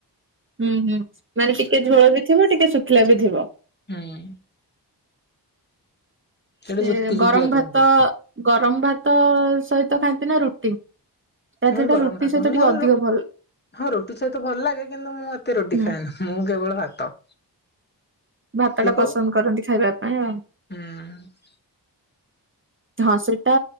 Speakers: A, on the right; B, on the left.
A: ହୁଁ ହୁଁ ମାନେ ଟିକେ ଝୋଳ ବି ଥିବ ଟିକେ ଶୁଖିଲା ବି ଥିବ।
B: ହୁଁ ସେଇଟା
A: ସେ
B: ଜୁକୁ ଜୁକିଆ
A: ଗରମ
B: କୁହନ୍ତି
A: ଭାତ ଗରମ ଭାତ ସହିତ ଖାନ୍ତି। ନା ରୁଟି। ତା
B: ମୁଁ
A: ଦେହରେ
B: ଗରମ
A: ରୁଟି
B: ଭାତ
A: ସହିତ
B: ମୋର
A: ଟିକେ ଅଧିକ
B: ରୁ
A: ଭଲ
B: ହଁ ରୁଟି ସହିତ ଭଲ ଲାଗେ କିନ୍ତୁ ମୁଁ ଏତେ ରୁଟି
A: ହୁଁ
B: ଖାଏନି ମୁଁ କେବଳ ଭାତ।
A: ଭାତ ଟା
B: ଲୋକ
A: ପସନ୍ଦ କରନ୍ତି ଖାଇବା ପାଇଁ ଆଉ।
B: ହୁଁ
A: ହଁ ସେଇଟା